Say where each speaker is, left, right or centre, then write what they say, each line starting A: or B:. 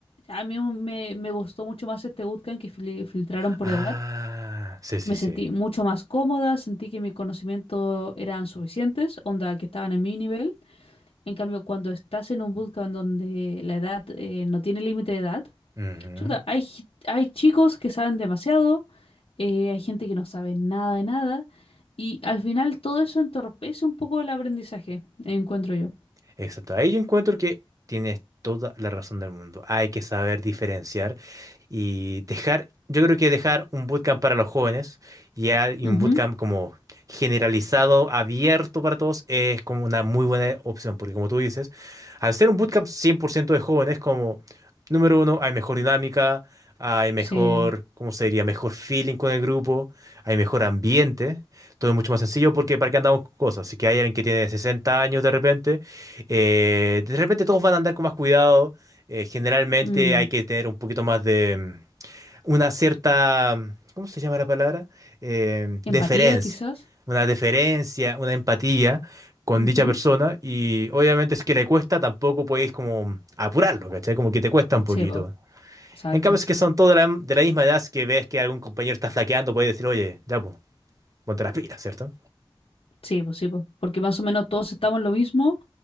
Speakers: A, on the left; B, on the right.
A: a mí me, me gustó mucho más este bootcamp que fili- filtraron por
B: Ah,
A: edad.
B: sí, sí,
A: Me
B: sí.
A: sentí mucho más cómoda, sentí que mis conocimientos eran suficientes, onda que estaban a mi nivel. En cambio, cuando estás en un bootcamp donde la edad eh, no tiene límite de edad,
B: Ujú.
A: chuta, hay, gi- hay chicos que saben demasiado, eh, hay gente que no sabe nada de nada, y al final todo eso entorpece un poco el aprendizaje, encuentro yo.
B: Exacto. Ahí yo encuentro que tienes toda la razón del mundo. Hay que saber diferenciar y dejar, yo creo que dejar un bootcamp para los jóvenes y al- y
A: Ujú,
B: un bootcamp como generalizado, abierto para todos, es como una muy buena opción, porque como tú dices, al ser un bootcamp 100% de jóvenes, como número uno, hay mejor dinámica, hay mejor,
A: Sí.
B: ¿cómo se diría? Mejor feeling con el grupo, hay mejor ambiente. Todo es mucho más sencillo porque para qué andamos con cosas. Si que hay alguien que tiene 60 años de repente, eh, de repente todos van a andar con más cuidado. eh, generalmente
A: Mm,
B: hay que tener un poquito más de mm, una cierta, mm, ¿cómo se llama la palabra? Eh, deferencia.
A: Empatía, quizás.
B: Una deferencia, una empatía con
A: Ujú,
B: dicha persona. Y obviamente si es que le cuesta, tampoco podéis como apurarlo, ¿cachai? Como que te cuesta un poquito.
A: Sí, po, exacto.
B: En cambio, si es que son todos de la, de la misma edad, si que ves que algún compañero está flaqueando, podéis decir, oye, ya, po, Ponte las pilas, ¿cierto?
A: Sí, pues sí, po, Porque más o menos todos estamos en lo mismo,